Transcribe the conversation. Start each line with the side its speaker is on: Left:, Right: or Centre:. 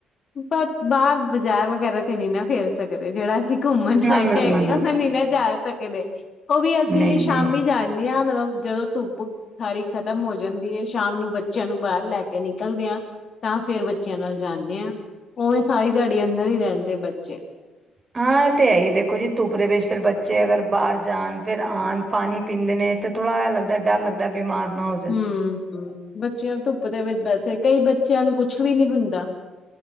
Left: ਪਰ ਬਾਹਰ ਬਾਜ਼ਾਰ ਵਗੈਰਾ ਤੇ ਨਹੀ ਨਾ ਫੀਰ ਸਕਦੇ ਜਿਹੜਾ ਅਸੀਂ ਘੁੰਮਣ
Right: ਨਾ
Left: ਆਏ
Right: ਨਾ
Left: ਹੈਗੇ
Right: ਨਾ ਨਾ
Left: ਆ ਨਹੀਂ ਨਾ ਸਕਦੇ ਉਹ ਵੀ ਅਸੀ
Right: ਨਹੀਂ
Left: ਸ਼ਾਮੀ
Right: ਨਹੀਂ
Left: ਜਾਣੇ ਆ ਮਤਲਬ ਜਦੋਂ ਧੁੱਪ ਸਾਰੀ ਖਤਮ ਹੋ ਜਾਂਦੀ ਹੈ। ਸ਼ਾਮ ਨੂੰ ਬੱਚਿਆਂ ਨੂੰ ਬਾਹਰ ਲੈ ਕੇ ਨਿਕਲਦੇ ਆ ਤਾਂ ਫੇਰ ਬੱਚਿਆਂ ਨਾਲ ਜਾਣੇ ਆ ਉਵੇਂ ਸਾਰੀ ਦਿਹਾੜੀ ਅੰਦਰ ਹੀ ਰਹਿੰਦੇ ਬੱਚੇ
Right: ਹਾਂ ਇਹ ਤੇ ਹੈ। ਹੀ ਦੇਖੋ ਜੀ ਧੁੱਪ ਦੇ ਵਿੱਚ ਫਿਰ ਬੱਚੇ ਅਗਰ ਬਾਹਰ ਜਾਣ ਫੇਰ ਆਣ ਪਾਣੀ ਪੀਂਦੇ ਨੇ ਤੇ ਥੋੜਾ ਇਹ ਲੱਗਦਾ ਡਰ ਲੱਗਦਾ ਬਿਮਾਰ ਨਾ ਹੋ ਜਾਣ
Left: ਹੂੰ ਹੂੰ ਬੱਚਿਆਂ ਧੁੱਪ ਦੇ ਵਿੱਚ ਵੈਸੇ ਕਈ ਬੱਚਿਆਂ ਨੂੰ ਕੁਛ ਵੀ ਨਹੀ ਹੁੰਦਾ।